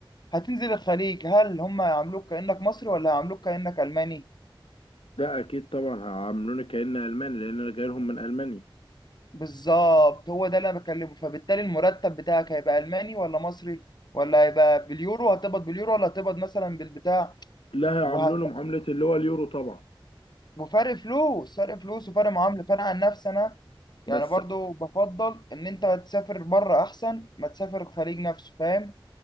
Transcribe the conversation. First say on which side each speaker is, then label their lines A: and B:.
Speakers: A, on the left; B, on the left.
A: هتنزل الخليج هل هم هيعاملوك كانك مصري ولا هيعاملوك كانك الماني
B: ده اكيد طبعا هيعاملوني كأن الماني لان انا جاي لهم من المانيا
A: بالظبط هو ده اللي انا بكلمه فبالتالي المرتب بتاعك هيبقى الماني ولا مصري ولا هيبقى باليورو هتقبض باليورو ولا هتقبض مثلا بالبتاع
B: لا هيعاملوني
A: وهت...
B: معاملة اللي هو اليورو طبعا
A: وفرق فلوس فرق فلوس وفرق معامله فانا عن نفسي انا
B: بس
A: يعني برضو بفضل ان انت تسافر بره احسن ما تسافر الخليج نفسه فاهم